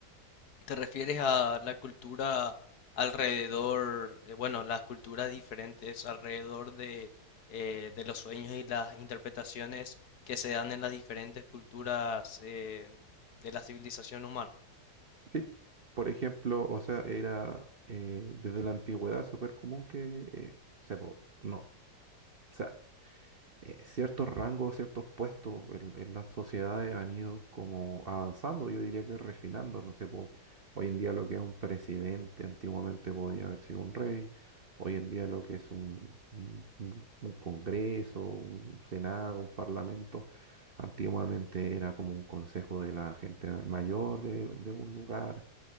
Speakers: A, on the left; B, on the right.
A: ¿Te refieres a la cultura alrededor, eh, bueno, las culturas diferentes alrededor de, eh, de los sueños y las interpretaciones que se dan en las diferentes culturas eh, de la civilización humana?
B: Sí, por ejemplo, o sea, era eh, desde la antigüedad súper común que, eh, se, po- no. o sea, eh, ciertos rangos, ciertos puestos en, en las sociedades han ido como avanzando, yo diría que refinando, no sé, po, hoy en día lo que es un presidente, antiguamente podía haber sido un rey, hoy en día lo que es un, un- un- un congreso, un senado, un parlamento, antiguamente era como un consejo de la gente mayor de, de un lugar,